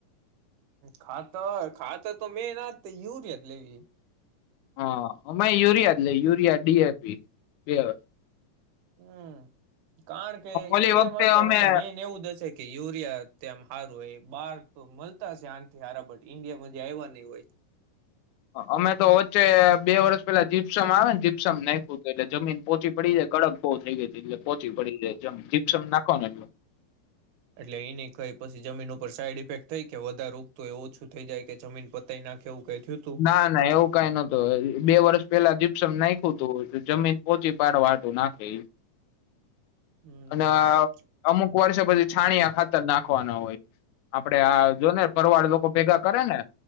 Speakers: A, on the right; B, on the left.
A: ખાતર ખાતર તો મેં ના જ યુરિયા જ લેવી.
B: હા અમે યુરિયા જ લઈ યુરિયા ડીએપી પેઅ
A: હમ. કારણ કે
B: ઓલી
A: ઈન્ડિયામાં
B: વખતે
A: તો
B: અમે
A: હે ને મેન એવું જ હશે. કે યુરિયા તેમ હારું હોય બહાર તો મળતા છે આથી હારાટ ઇન્ડિયામાંથી આવવા નહી હોય.
B: અમે તો વચ્ચે બે વર્ષ પેલા જીપસમ આવે ને જીપસમ નાખવું હતું એટલે જમીન પોહોચી પડી જાય કડક બહુ થઈ ગઈ હતીલે પોહોચી પડી જાય જીપસમ નાખો ને એટલ
A: એટલે એની કઈ પછી જમીન ઉપર સાઈડ ઇફેક્ટ થઈ કે વધારે ઉગતુ એ ઓછું થઈ જાય કે જમીન પતાઈ નાખેવું કઈ થયું તું
B: ના ના એવું કઈ નતું બે વર્ષ પેલા ક્ષમ નાખ્યું તું જમીન પોહચી પાડવાઢું નાખે
A: હમ
B: અને અમુક વર્ષ પછી છાણિયા ખાતર નાખ રાખવાના હોય આપડે આ જો ને પરવાળ લોકો ભેગા કરે ને